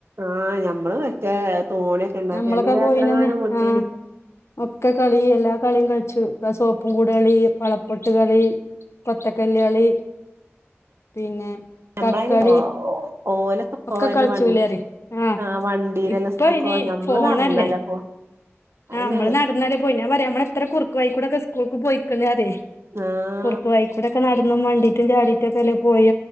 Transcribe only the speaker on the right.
ആഞമ്മള് മറ്റേ തോണിയൊക്കെ ഇണ്ടാക്കിയണ്ട്
എത്ര കാനം വിട്ടീനെ
ഞമ്മളയ്ന്
ഓ ഓ- ഓലൊക്കെ ഇപ്പൊ
അയ്ന്
വ
ആഹ് വണ്ടീലല്ലേ സ്കൂൾക്കോവല്
ഞമ്മള്
നടന്നല്ലേ പോവാ അയെന്നേണ്
ആഹ്